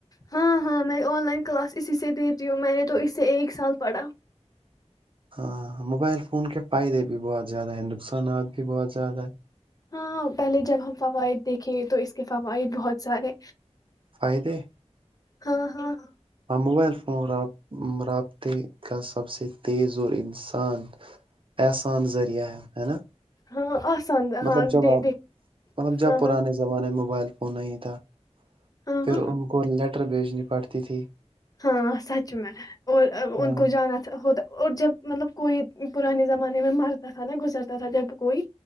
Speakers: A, on the left; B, on the right.
A: ہاں ہاں میں آن لائن کلاس اسی سے دتی ہوں میں نے تو اس سے ایک سال پڑھا
B: ہاں موبائل فون کے فائدے بھی بہت زیادہ ہیں نقصانات بھی بہت زیادہ ہے
A: ہاں پہلے جب ہم فوائد دیکھے تو اس کے فوائد بہت سارے
B: فائدے
A: ہاں ہاں ہاں
B: ہاں موبائل فون رابطے کا سب سے تیز اور انسان احسان ذریعہ ہے ہے نا
A: ہاں آسان
B: مطلب
A: ہاں
B: جب
A: دے-
B: آپ
A: دیکھ
B: مطلب جب
A: ہاں
B: پرانے
A: ہاں
B: زمانے میں موبائل وہ نہیں ہی تھا
A: ہاں
B: پھر ان کو لیٹ بھیجنی پڑتی تھی
A: ہاں سچ میں اور
B: ہاں
A: ان کو جانا ہوتا اور جب مطلب کوئی پرانے زمانے میں مرتا تھا نا گزرتا تھا جب کوئی